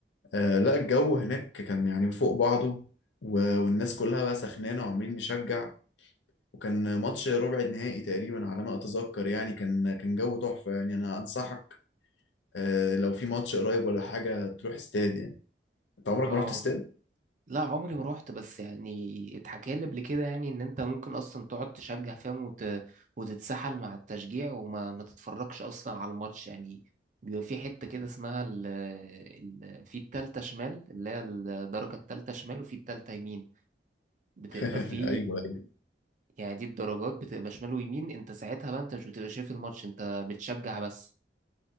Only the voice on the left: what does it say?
آه، لا الجو هناك كان يعني فوق بعضه و... والناس كلها بقى سخنانة وعمالين نشجع وكان ماتش ربع نهائي تقريبا على ما أتذكر يعني كان كان جو تحفة يعني أنا أنصحك آه، لو في ماتش قريب ولا حاجة تروح استاد يعني أنت عمرك
ما رحت استاد؟
<laughs>
أيوه